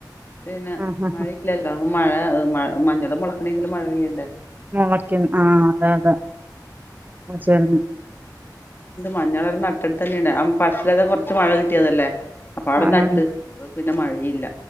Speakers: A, on the left; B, on the right.
A: പിന്നെ
B: ആഹ് ആഹ്
A: മഴയില്ലല്ലോ മഴ മഞ്ഞളും മുളക്കണമെങ്കിലും മഴ പെയ്യണ്ടേ
B: മുളക്കും ആ അതെ അതെ മുളച്ചന്ന്
A: മഞ്ഞളര നട്ടിട്ട് തന്നെുണ്ട് ഫസ്റ്റിലെ കുറച്ച് മഴ കിട്ടിയതല്ലേ അപ്പൊ അവിടെ
B: കാണാൻ
A: നട്ട് പിന്നെ മഴ യില്ല